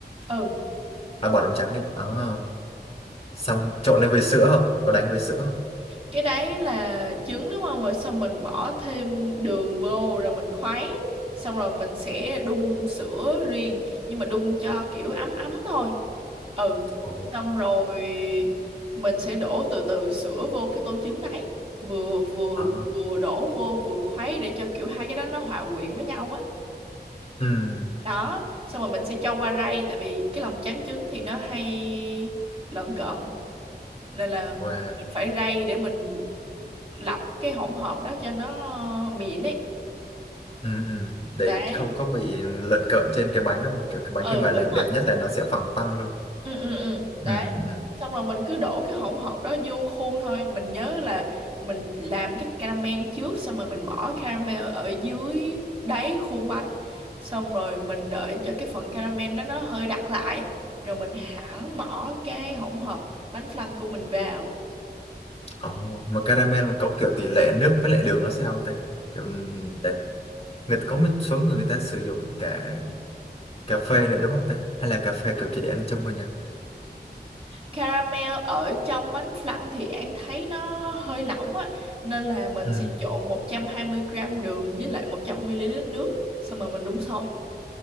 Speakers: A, on the right (about 35°); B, on the left (about 35°).
A: ừ
B: à bỏ lòng trắng đi ờ xong trộn lên với sữa không có đánh với sữa không
A: cái đấy là trứng đúng không rồi xong mình bỏ thêm đường vô rồi mình khuấy xong rồi mình sẽ đun sữa riêng nhưng mà đun cho kiểu ấm ấm thôi ừ
B: ồ
A: xong rồi mình sẽ đổ từ từ sữa vô cái tô trứng đấy vừa vừa
B: ờ.
A: vừa đổ vô vừa khuấy để cho kiểu hai cái đó nó hòa quyện với nhau á
B: ừ
A: đó xong rồi mình sẽ cho qua rây tại vì cái lòng trắng trứng thì nó hay lợn cợn nên là
B: wow
A: mình phải rây để mình lọc cái hỗn hợp đó cho nó ờ, mịn ấy
B: ừ, ừ. để
A: đấy
B: không có bị lận cợn trên cái bánh đúng không kiểu cái bánh
A: ừ
B: khi mà làm
A: đúng rồi
B: đẹp nhất là nó sẽ phẳng tăng luôn
A: ừ ừ ừ đấy
B: ừ ừ
A: xong rồi mình cứ đổ cái hỗn hợp đó vô khuôn thôi mình nhớ là mình làm cái caramel trước xong rồi mình bỏ caramel ở dưới đáy khuôn bánh xong rồi mình đợi cho cái phần caramel đó nó hơi đặc lại rồi mình hẳn bỏ cái hỗn hợp bánh flan của mình vào
B: ồ mà caramel có kiểu tỷ lệ nước với lại đường nó sao không ta kiểu ừ, để, người ta có một số người người ta sử dụng cả cà phê nữa đúng không ta hay là cà phê kiểu chỉ để ăn trong mình à
A: Caramel ở trong bánh flan thì An thấy nó hơi lỏng á nên là mình
B: ừ
A: sẽ trộn 120 gram đường với lại 100 ml nước xong rồi mình đun sôi.